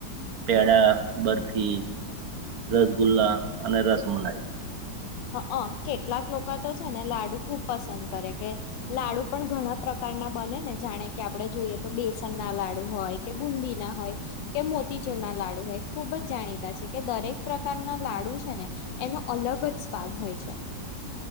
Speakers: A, on the right; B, on the left.
A: પેડા, બરફી. રસગુલ્લા અને રસમલાઈ.
B: હઅ અ, કેટલાક લોકા તો છે ને લાડુ ખુબ પસંદ કરે કે, લાડુ પણ ઘણા પ્ર કારના બને ને જાણે કે આપડે જોઈએ તો બેસનના લાડુ હોય કે બુંદીના હોય કે મોતી ચૂરના લાડુ હોય ખુબ જ જાણીતા છે કે, દરેક પ્રકારના લાડુ છે ને એનો અલગ જ સ્વાદ હોય છે.